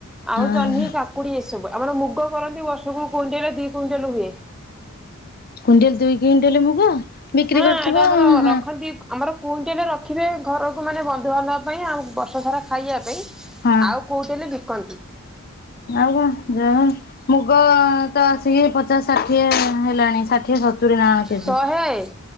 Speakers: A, in the centre; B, on the left.
A: ଆଉ
B: ହଁ
A: ଜହ୍ନି କା କୁଡ଼ି ଏସବୁ ଆମର ମୁଗ କରନ୍ତି ବର୍ଷ କୁ କୁଇଣ୍ଟାଲ ଦି କୁଇଣ୍ଟାଲ୍ ହୁଏ।
B: କୁଇଣ୍ଟାଲ ଦୁଇ କ୍ୱଇଣ୍ଟାଲ ମୁଗ? ବିକ୍ରି
A: ହଁ
B: କରୁଥିବ
A: ଏଇଟା ଆମର
B: ହଁ
A: ରଖନ୍ତି। ଆମର କୁଇଣ୍ଟେଲ ରଖିବେ ଘରକୁ ମାନେ ବନ୍ଧୁବାନ୍ଧବ ପାଇଁ ଆଉ ବର୍ଷ ସାରା ଖାଇବା ପାଇଁ,
B: ହଁ
A: ଆଉ କୁଇଟେଲେ ବିକନ୍ତି।
B: ଆଉ କଁ ଯା ହୋଉ ମୁଗ ତ ଆସିକି ପଚାଶ ଷାଠିଏ ହେଲାଣି ଷାଠିଏ ସ ସତୁରି ନାକଣ କେଜି
A: ଶହେ